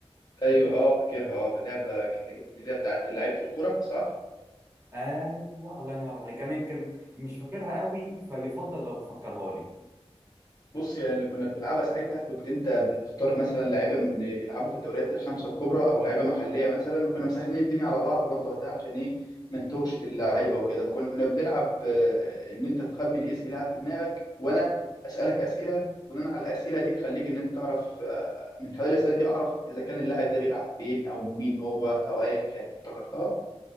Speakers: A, on the left; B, on the right.
A: ايوه اه فاكرها اه لعبه جامده جدا اللي هي بتاعت لعيبه الكره صح
B: ايوه الله ينور عليك انا يمكن مش فاكرها قوي فيفضل لو تفكرها لي
A: بص يا اللي كنا بنلعبها ساعتها كنت انت بتختار مثلا لعيبه من بيلعبوا في الدوريات الخمسه الكبرى او لعيبه محليه مثلا وكنا مسهلين الدنيا على بعض برضه وقتها عشان ايه ما نتوهش في اللعيبه وكده فكنا بنلعب آه، ان انت تخمن اسم لاعب في دماغك وانا اسالك اسئله بناء على الاسئله دي تخليك ان انت تعرف آه، من خلال الاسئله دي اعرف اذا كان اللاعب ده بيلعب فين او مين هو او ايا كان افتكرتها